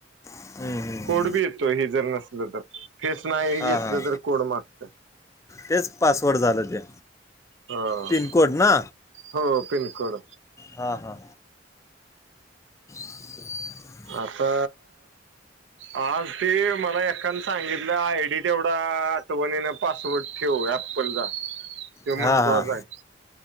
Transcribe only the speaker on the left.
हम्म, हम्म.
हां
हां
तेच पासवर्ड झालं ते.
पिनकोड ना,
हां हां. <unintelligible>
हां
हां